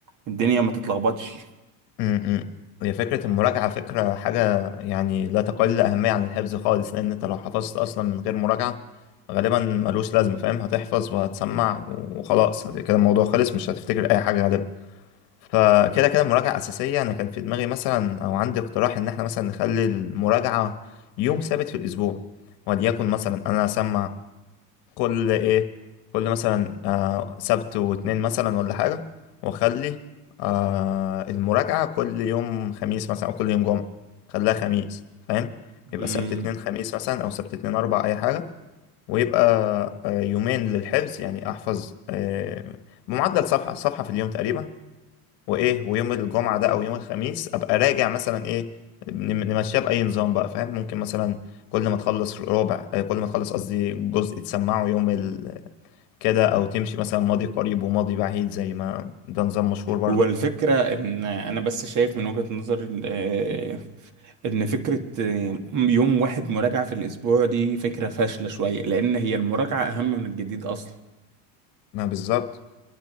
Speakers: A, on the right; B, on the left.
A: الدنيا ما تتلخبطش
B: م- م. هي فكره المراجعه فكره حاجه يعني لا تقل اهميه عن الحفظ خالص لان انت لو حفظت اصلا من غير مراجعه غالبا ملوش لازمه فاهم هتحفظ وهتسمع وخلاص هت- كده الموضوع خلص مش هتفتكر اي حاجه غالبا فكده كده المراجعة أساسية أنا كان في دماغي مثلا أو عندي اقتراح إن إحنا مثلا نخلي المراجعة يوم ثابت في الأسبوع وليكن مثلا أنا أسمع كل إيه كل مثلا آه سبت واتنين مثلا ولا حاجة وأخلي آه المراجعة كل يوم خميس مثلا أو كل يوم جمعة خليها خميس فاهم يبقى
A: مم.
B: سبت اتنين خميس مثلا أو سبت اتنين أربع أي حاجة ويبقى آه يومين للحفظ يعني أحفظ آه بمعدل صفحة صفحة في اليوم تقريبا وايه ويوم الجمعه ده او يوم الخميس ابقى راجع مثلا ايه نم- نمشيها باي نظام بقى فاهم ممكن مثلا كل ما تخلص ربع آه، كل ما تخلص قصدي جزء تسمعه يوم ال... كده او تمشي مثلا ماضي قريب وماضي بعيد زي ما ده نظام مشهور برضو
A: هو الفكرة إن أنا بس شايف من وجهة نظر آه، إن فكرة آه، يوم واحد مراجعة في الأسبوع دي فكرة فاشلة شوية لأن هي المراجعة أهم من الجديد أصلا
B: ما بالظبط